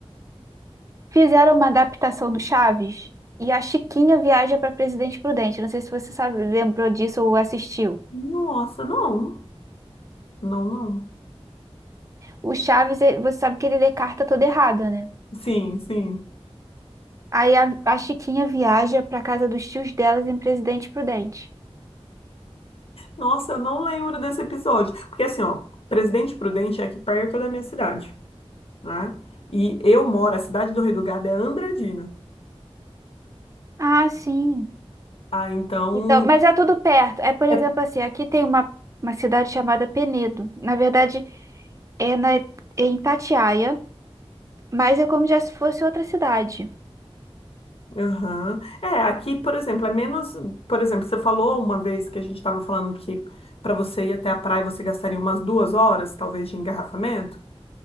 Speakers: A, on the right; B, on the left.
A: Fizeram uma adaptação no Chaves e a Chiquinha viaja para Presidente Prudente. Não sei se você sabe, lembrou disso ou assistiu.
B: Nossa, não. Não, não.
A: O Chaves, eh, você sabe que ele lê carta toda errada, né?
B: Sim, sim.
A: Aí a, a Chiquinha viaja para casa dos tios delas em Presidente Prudente.
B: Nossa, eu não lembro desse episódio. Porque assim, ó, Presidente Prudente é aqui perto da minha cidade, né? E eu moro, a cidade do Redugado é Andradina.
A: Ah, sim.
B: Ah, então.
A: Então, mas é tudo perto. É, por
B: É,
A: exemplo, assim, aqui tem uma, uma cidade chamada Penedo. Na verdade, é, na, é em Itatiaia, mas é como já se fosse outra cidade.
B: aham. É, aqui, por exemplo, é menos. Por exemplo, você falou uma vez que a gente estava falando que para você ir até a praia você gastaria umas duas horas, talvez, de engarrafamento.